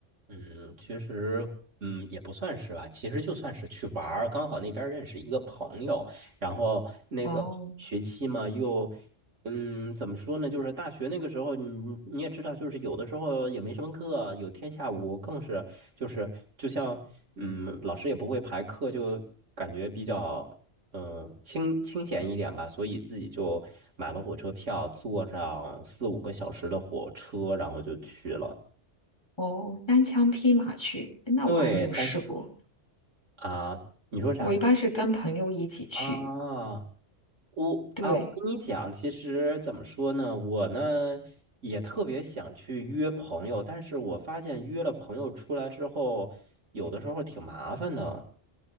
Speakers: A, on the right (about 80°); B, on the left (about 20°).
A: 嗯，其实，嗯，也不算是吧。其实就算是去玩儿，刚好那边儿认识一个朋友，然后那个学期嘛，
B: 哦
A: 又，嗯，怎么说呢？就是大学那个时候，你你也知道，就是有的时候也没什么课，有天下午更是，就是就像，嗯，老师也不会排课，就感觉比较，嗯，清清闲一点吧。所以自己就买了火车票，坐上四五个小时的火车，然后就去了。
B: 哦，单枪匹马去，诶那我还没有试过。
A: 对，但啊，你说啥？
B: 我一般是跟朋友一起去。
A: 啊，我啊，
B: 对，
A: 我跟你讲，其实怎么说呢，我呢也特别想去约朋友，但是我发现约了朋友出来之后，有的时候挺麻烦的。